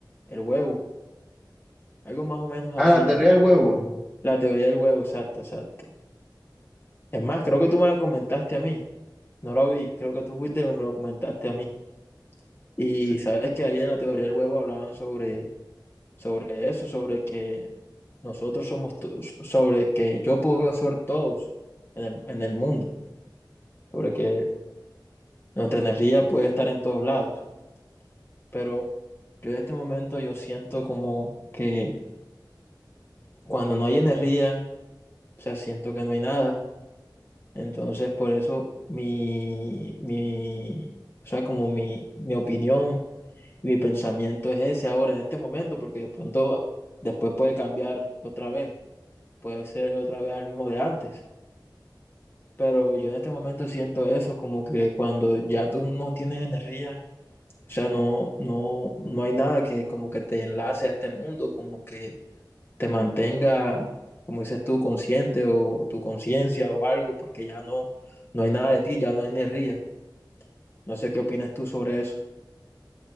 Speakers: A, on the left; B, in the centre.
A: el huevo, algo más o menos así,
B: Ah, la teoría del huevo.
A: la teoría del huevo, exacto, exacto. Es más, creo que tú me la comentaste a mí, no la vi, creo que tú fuiste y me lo comentaste a mí. Y
B: Sí.
A: sabes que ahí en la teoría del huevo hablaban sobre sobre eso, sobre que nosotros somos, to- sobre que yo puedo ser todos en el, en el mundo, sobre que nuestra energía puede estar en todos lados. Pero yo en este momento yo siento como que cuando no hay energía, o sea, siento que no hay nada. Entonces, por eso mi, mi, o sea, como mi, mi opinión, mi pensamiento es ese ahora, en este momento, porque de pronto después puede cambiar otra vez, puede ser otra vez al mismo de antes. Pero yo en este momento siento eso, como que cuando ya tú no tienes energía, o sea, no, no, no hay nada que como que te enlace a este mundo, como que te mantenga, como dices tú, consciente o tu conciencia o algo, porque ya no, no hay nada de ti, ya no hay energía. No sé qué opinas tú sobre eso.